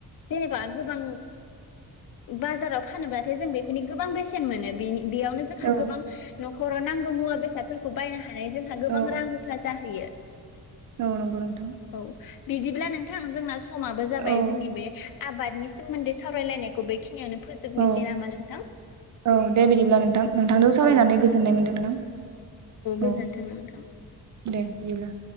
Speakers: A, on the left (about 60°); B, on the right (about 50°).
A: जेनेबा गोबां बाजाराव फानोबाथाय जों बेफोरनि गोबां बेसेन मोनो बेनि बेयावनो जोंहा
B: औ
A: गोबां न खराव नांगौ मुवा बेसादफोरखौ बायनो हायो जोंहा गोबां
B: औ
A: रां रुफा जाहैयो।
B: औ नंगौ नोंथां
A: औ बिदिब्ला नोंथां जोंना समाबो जाबाय
B: औ
A: जोंनि बे आबादनि सोमोन्दै सावरायलायनाय खौ बेखिनियावनो फोजोबनोसै
B: औ
A: नामा नोंथां
B: औ दे बिदिब्ला नोंथां नोंथांजों सावरायनानै
A: औ
B: गोजोननाय मोनदों नोंथां
A: गोजोन्थों
B: औ
A: नोंथां
B: दे बिदिब्ला